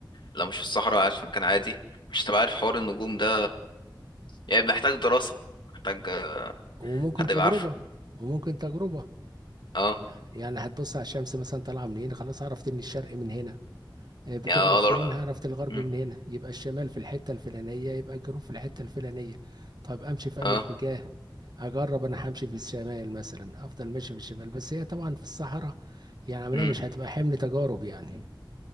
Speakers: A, on the left; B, on the right.
A: لو مش في الصحراء قاعد في مكان عادي مش هتبقى عارف حوار النجوم ده يعني محتاج دراسه محتاج آه،
B: وممكن
A: حد
B: تجربه
A: يبقى عارفه
B: وممكن تجربه
A: اه
B: يعني يعني هتبص على الشمس مثلا طالعه من هنا خلاص عرفت ان الشرق من هنا آه، بتغرب
A: يعني اه
B: فين
A: لو-
B: عرفت الغرب
A: مم.
B: من هنا يبقى الشمال في الحته الفلانيه يبقى الجنوب في الحته الفلانيه طب امشي في
A: اه
B: انه اتجاه اجرب انا همشي في الشمال مثلا افضل ماشي في الشمال بس هي طبعا في الصحراء يعني عمليه
A: مم.
B: مش هتبقى حمل تجارب يعني